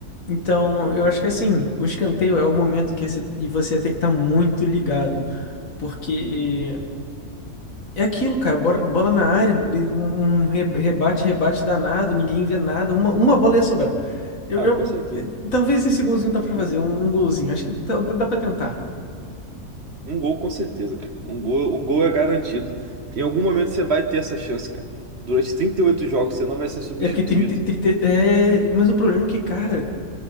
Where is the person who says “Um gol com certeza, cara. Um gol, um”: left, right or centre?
Right